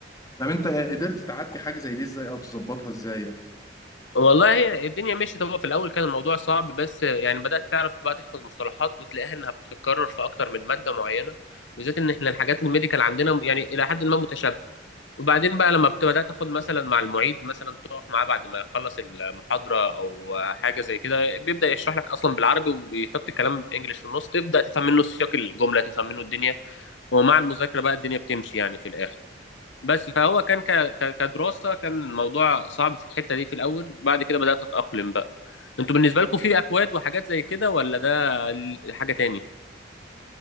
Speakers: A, on the left; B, on the left.
A: طب انت قدرت تعدي حاجة زي دي ازاي او تظبطها ازاي
B: والله هي الدنيا مشيت هو في الاول كان الموضوع صعب بس يعني بدات تعرف بقى تحفظ مصطلحات وتلاقيها انها بتتكرر في اكتر من ماده معينه بالذات ان احنا الحاجات الميديكال عندنا يعني الى حد ما متشابهه وبعدين بقى لما بت- بدات تاخد مثلا مع المعيد مثلا تقف معاه بعد ما يخلص المحاضره او حاجه زي كده بيبدا يشرح لك اصلا بالعربي ويحط كلام انجليش في النص تبدا تفهم منه سياق الجمله تفهم منه الدنيا ومع المذاكره بقى الدنيا بتمشي يعني في الاخر بس فهو كان ك... ك... كدراسة كان الموضوع صعب في الحتة دي في الأول بعد كده بدأت أتأقلم بقى انتوا بالنسبة لكم في أكواد وحاجات زي كده ولا ده ال- حاجة تاني؟